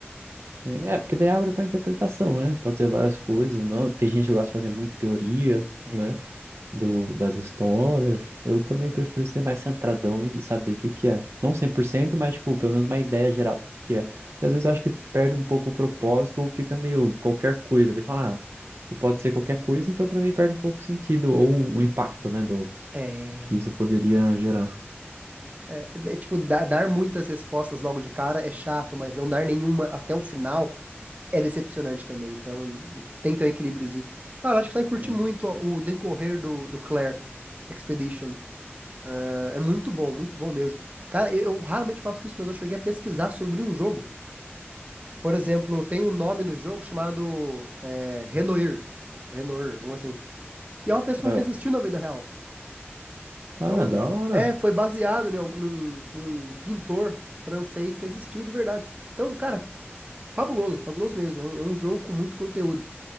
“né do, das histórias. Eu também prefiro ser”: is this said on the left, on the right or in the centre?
Right